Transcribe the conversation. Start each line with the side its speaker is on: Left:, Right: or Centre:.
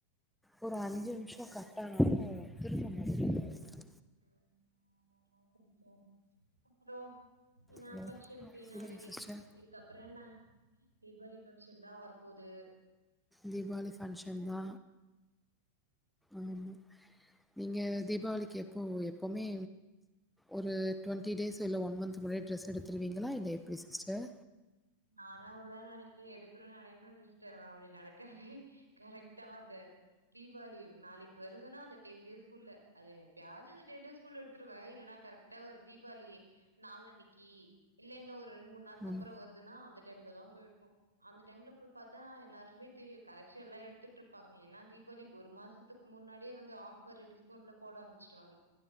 Centre: ஒரு அஞ்சு நிமிஷோ கட் ஆனாலும் திரும்ப மொதல்லருந் வருது
Right: ம் ஆமாமா சிஸ்டர் அப்புறோ ஏன்னா
Centre: ஹலோ
Right: ஃபங்க்ஷன்க்கு
Centre: ஆ
Right: ஏனாரிதி
Centre: சொல்லுங்க சிஸ்டர்
Right: இருக்கப் அப்புறோ என்ன தீபாவளி பஃபங்க்ஷன் தா வரப்போது
Centre: தீபாவளி பங்க்ஷன் தா ஆமா நீங்க தீபாவளிக்கு எப் அப்போ எப்பமே ஒரு ட்வெண்ட்டி டேஸ் இல்ல ஒன் மந்த் முன்னே ட்ரெஸ் எடுத்துருவீங்களா இல்ல எப்டி சிஸ்டர்
Right: நானு அவப்டிதா நினைக்கே எடுக்கணும்னு நினைப்பே சிஸ்டர் ஆனா அப்டி நடக்காது கரெக்டா அந்த தீபாவளி நாளைக்கு வருதுனா அந்தடென்டேஸ்குள்ள அது எப்பயாச்சு அந்த டென் டேஸ் குள்ள எடுத்ருவே இல்லனா கரெக்டா ஒரு தீபாவளி நாளன்னைக்கி இல்லன்னொரு ரெண்ட் மூணு நாள்கப்றோ
Centre: ம்.
Right: வருது நா அந்த டைம்ல தா போயெடுப்போ அந்த டைம்ல போய் பார்த்தா எல்லாருக்குமே தெரியு கலெக்ஷன்ல்லா எடுத்துட்டு இருப்பாங்க ஏன்னா தீபாவளிக் ஒரு மாசத்துக் முன்னாடியே வந்து ஆஃபரு டிஸ்கௌன்ட்லா போடாரம்ச்சுட்ருவாங்க